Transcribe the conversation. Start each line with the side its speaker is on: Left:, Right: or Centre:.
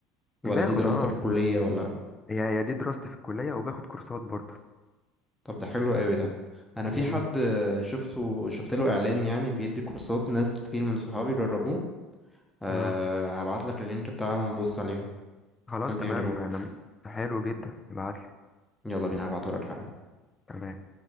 Centre: ولا
Left: باخد
Centre: دي دراستك
Left: اه
Centre: الكلية ولا
Left: هي هي دي دراستي في الكليه وباخد كورسات برضه
Centre: طب ده حلو قوي ده انا في
Left: مهم.
Centre: حد آه، شفته شفت له اعلان يعني بيدي كورسات ناس كتير من صحابي جربوه أه
Left: اه
Centre: هبعت لك اللينك بتاعهم بص عليهم
Left: خلاص
Centre: ممكن
Left: تمام
Centre: يعجبوك
Left: انا حلو جدا ابعتلي
Centre: يلا بينا هبعته لك حالا
Left: تمام